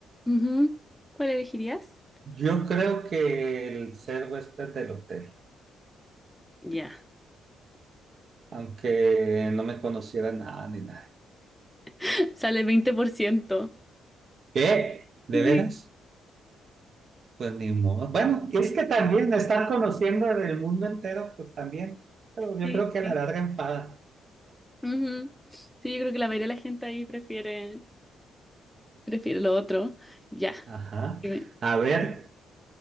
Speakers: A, in the centre; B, on the right.
A: ujú. ¿Cuál elegirías?
B: Yo creo que el ser huésped del hotel,
A: Ya.
B: aunque no me conociera nada ni nada.
A: <laughs> Sale veinte por ciento.
B: ¿Qué? ¿De
A: Sí,
B: veras? Pues ni modo. Bueno, es que también estar conociendo del mundo entero, pues también, pero yo
A: sí,
B: creo que a
A: sí.
B: la larga enfada.
A: Ujú. Sí, yo creo que la mayoría de la gente ahí prefiere, prefiere lo otro. Ya.
B: Ajá.
A: Dime.
B: A ver,